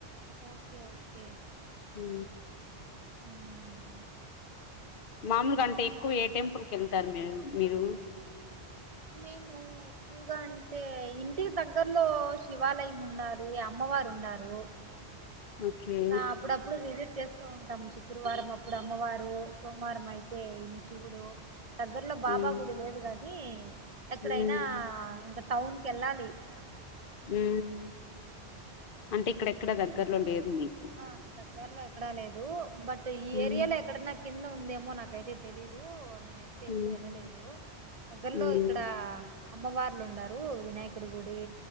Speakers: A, on the right; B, on the left.
A: ఓకే ఓకే
B: హు
A: హు
B: మామూలుగా అంటే ఎక్కువ ఏ టెంపుల్ కి వెళ్తారు మీరు మీరు
A: మేము ఎక్కువగా అంటే ఇంటికి దగ్గర్లో శివాలయం ఉన్నాది. అమ్మవారు ఉన్నారు.
B: ఓకే
A: నా అప్పుడప్పుడు విజిట్ చేస్త వస్తూ ఉంటాము. శుక్రవారం అప్పుడు అమ్మవారు సోమవారం అయితే ఇగ శివుడు దగ్గరలో బాబా
B: ఉమ్
A: గుడి లేదు కాదా ఏ ఎక్కడైనా
B: ఉమ్
A: ఇంకా టౌన్ కి ఏళ్ళాలి
B: ఉ అంటే ఇక్కడెక్కడ దగ్గరలో లేదు మీకు
A: ఆ దగ్గరలో ఎక్కడా లేదు బట్ సో ఈ
B: ఉమ్
A: ఏరియాలో ఎక్కడ నా కింద ఉందేమో నాకైతే తెలీదు నేను ఎప్పుతే ఎప్పుడు
B: ఉమ్
A: వెళ్ళలేదు దగ్గర్లో
B: ఉమ్
A: ఇక్కడ అమ్మవార్లు ఉండరు వినాయకునీ గుడి